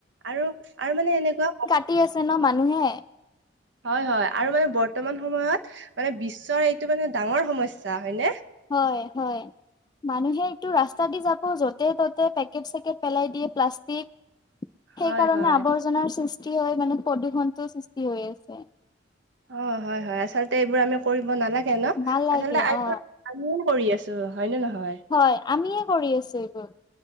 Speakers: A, on the right; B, on the left.
A: আৰু আৰু মানে এনেকুৱা।
B: কাতি আছে ন মানুহে।
A: হয় হয় আৰু মানে বৰ্তমান সময়ত মানে বিশ্বৰ এইটো মানে ডাঙৰ সমস্যা হয়নে।
B: হয় হয়। মানুহে এইটো ৰাস্তা দি যাব য'তে ত'তে পেকেট চেকেট পেলাই দিয়ে প্লাষ্টিক।
A: হয়
B: সেইকাৰণে
A: হয়
B: আৱৰ্জনাৰ সৃষ্টি হয় মানে প্ৰদূষণটো সৃষ্টি হৈ আছে।
A: অঁ হয় হয় আচলতে এইবোৰ আমি কৰিব নালাগে ন
B: নালাগে
A: আচলতে আৰু।
B: অ
A: আমিও কৰি আছো হয়নে নহয়।
B: হয় আমিয়ে কৰি আছো এই।